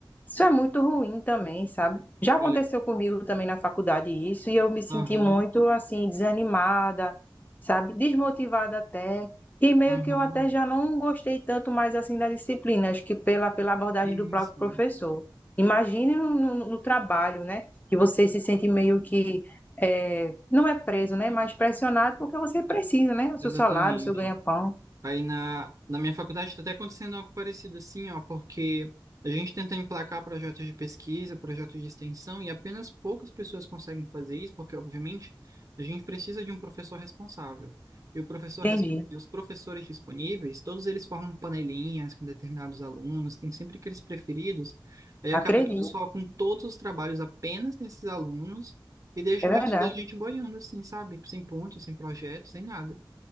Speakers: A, on the left; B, on the right.
A: isso é muito ruim também, sabe? Já
B: Olha,
A: aconteceu comigo também na faculdade isso, e eu me senti
B: aham,
A: muito assim, desanimada, sabe? Desmotivada até. E meio
B: aham,
A: que eu até já não gostei tanto mais assim da disciplina, acho que pela, pela abordagem
B: sim,
A: do próprio
B: sim,
A: professor. Imagine no, no- no trabalho, né? Que você se sente meio que, é, não é preso, né? Mas pressionado porque você precisa, né? O seu
B: exatamente.
A: salário, o seu ganha-pão.
B: Aí na, na minha faculdade está até acontecendo algo parecido assim, ó, porque a gente tenta emplacar projetos de pesquisa, projetos de extensão, e apenas poucas pessoas conseguem fazer isso, porque, obviamente, a gente precisa de um professor responsável. E o professor,
A: Entendi.
B: res- e os professores disponíveis, todos eles formam panelinhas com determinados alunos, tem sempre aqueles preferidos, aí acaba
A: Acredito.
B: que eles focam todos os trabalhos apenas nesses alunos e deixa
A: É verdade.
B: o resto da gente boiando, assim, sabe? Sem ponto, sem projeto, sem nada.